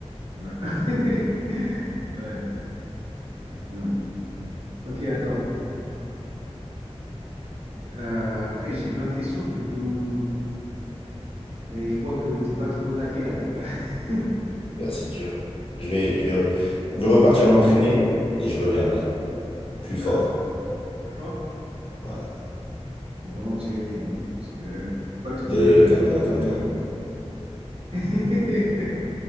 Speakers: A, on the right (about 65°); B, on the left (about 55°).
A: Ouais. <laughs> Ouais, non. Ok, attends. Euh, après, j'ai plein de questions. Je peux te demander... Mais je vois que t'es pas trop au taquet, là, mon gars. <laughs>
B: Là, c'est dur. Je vais, je vais, je vais repartir m'entraîner, et je reviendrai plus fort.
A: Hein? Plus fort?
B: Ouais.
A: Faut vraiment que tu révises. hein. Parce que euh, je peux pas te dire...
B: Et
A: euh,
B: comme toi, comme
A: Ah,
B: toi.
A: mais- <laughs>